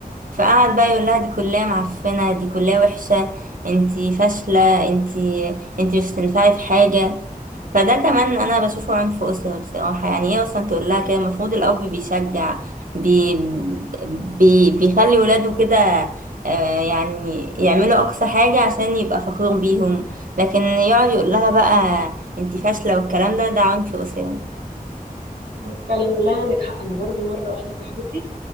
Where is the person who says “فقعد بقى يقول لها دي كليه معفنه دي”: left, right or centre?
Right